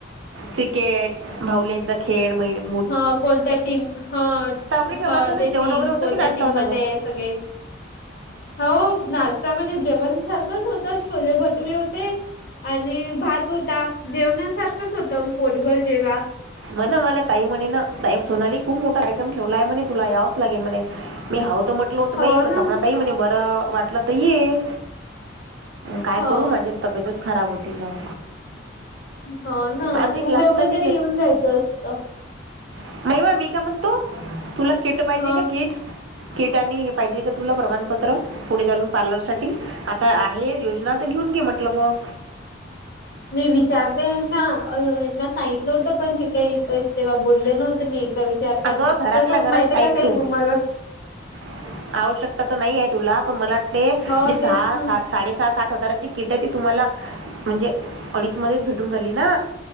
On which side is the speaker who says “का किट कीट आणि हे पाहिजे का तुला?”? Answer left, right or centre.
Right